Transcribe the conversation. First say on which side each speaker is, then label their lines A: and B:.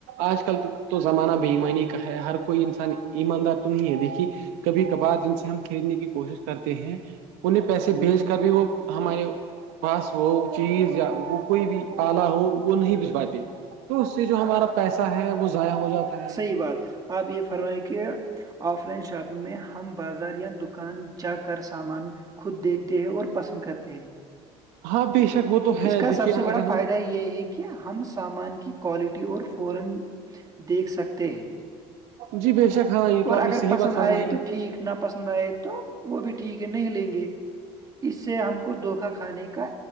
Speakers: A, on the right; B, on the right.
A: آج کل تو زمانہ بےئیمانی کا ہے ہر کوئی انسان ایماندار تو نہیں ہے دیکھیے کبھی کبھار جن سے ہم خریدنے کی کوشش کرتے ہیں انہیں پیسے بھیج کر بھی وہ ہمارے پاس وہ چیز یا وہ کوئی بھی پالا ہو وہ نہیں بھجواتے تو اس سے جو ہمارا پیسہ ہے وہ ضائع ہو جاتا ہے
B: <unintelligible> آپ یہ فرمائیں کہ آف لائن شاپنگ میں ہم بازار یا دکان جا کر سامان خود دیکھتے ہیں اور پسند کرتے ہیں
A: ہاں بے شک وہ تو ہے
B: اس کا
A: دیکھیے
B: سب سے
A: اگر
B: بڑا فائدہ
A: ہم
B: یہ ہے کہ کہ ہم سامان کی کو لٹی اور فورا دیکھ سکتے ہیں
A: جی بے شک ہاں یہ تو
B: اور
A: آپ نے
B: اگر
A: صحیح
B: پسند
A: بات فرمائی
B: آئے تو ٹھیک نا پسند آئے تو وہ بھی ٹھیک ہے نہیں لیں گے اس سے ہم کو دھوکا کھانے کا